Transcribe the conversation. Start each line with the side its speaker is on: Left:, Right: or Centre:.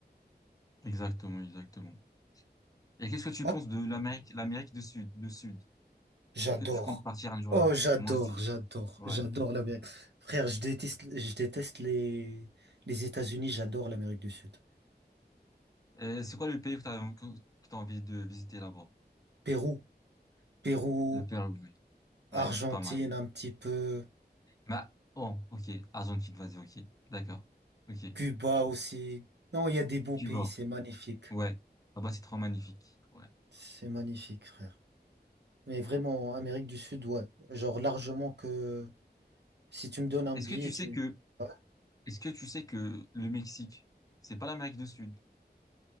Left: Exactement, exactement. Et qu'est-ce que tu
Right: Ah,
Left: penses de l'Amérique, l'Amérique du Sud, du Sud?
Right: j'adore.
Left: Est-ce que tu comptes partir un jour
Right: Oh,
Left: là?
Right: j'adore,
Left: Moi aussi.
Right: j'adore,
Left: Ouais.
Right: j'adore l'Amérique. Frère, je déteste, je déteste les, les États-Unis, j'adore l'Amérique du Sud.
Left: Euh, c'est quoi le pays que t'as, que que t'as envie de visiter là-bas?
Right: Pérou, Pérou,
Left: Le Pérou, oui. Ouais,
Right: Argentine
Left: c'est pas mal.
Right: un petit peu,
Left: Bah, oh, ok. Argentine, vas-y, ok. D'accord. Ok.
Right: Cuba aussi. Non, il y a des beaux pays,
Left: Cuba.
Right: c'est magnifique.
Left: Ouais. Là-bas, c'est trop magnifique. Ouais.
Right: C'est magnifique, frère. Mais vraiment,
Left: Ouais.
Right: Amérique du Sud, ouais. Genre largement que si tu me donnes un
Left: Est-ce
Right: billet,
Left: que tu
Right: tu...
Left: sais que,
Right: Ouais.
Left: est-ce que tu sais que le Mexique, c'est pas l'Amérique du Sud?